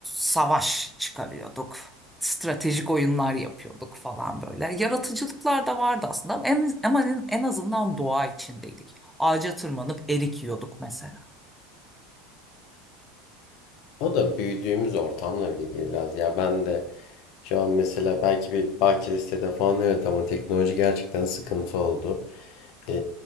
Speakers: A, in the centre; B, on the left.
A: savaş çıkarıyorduk. Stratejik oyunlar yapıyorduk falan böyle. Yaratıcılıklar da vardı aslında ama en, ama en, en azından doğa içindeydik. Ağaca tırmanıp erik yiyorduk mesela.
B: O da büyüdüğümüz ortamla ilgili biraz ya. Ben de şu an mesela belki bir bahçeli sitede falan evet ama teknoloji gerçekten sıkıntı oldu. Ee,